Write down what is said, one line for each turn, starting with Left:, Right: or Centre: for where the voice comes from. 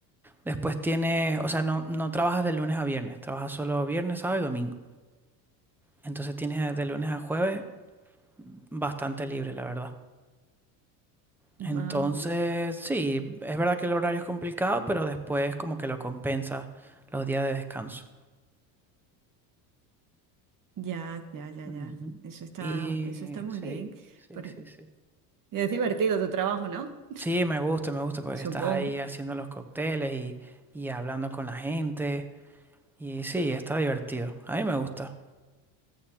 Centre: después tienes, o sea, no, no trabajas de lunes a viernes, trabajas solo viernes, sábado y domingo. Entonces tienes de lunes a jueves bastante libre, la verdad. Entonces,
Right: Ah, ok.
Centre: sí, es verdad que el horario es complicado, pero después como que lo compensa los días de descanso.
Right: Ya, ya, ya,
Centre: Ujú.
Right: ya. Eso está,
Centre: Y
Right: eso está muy
Centre: sí,
Right: bien.
Centre: sí,
Right: Pero
Centre: sí, sí.
Right: es divertido tu trabajo, ¿no?
Centre: Sí, me gusta, me gusta porque
Right: Supongo.
Centre: estás ahí haciendo los cócteles y, y hablando con la gente. Y sí, está divertido. A mí me gusta.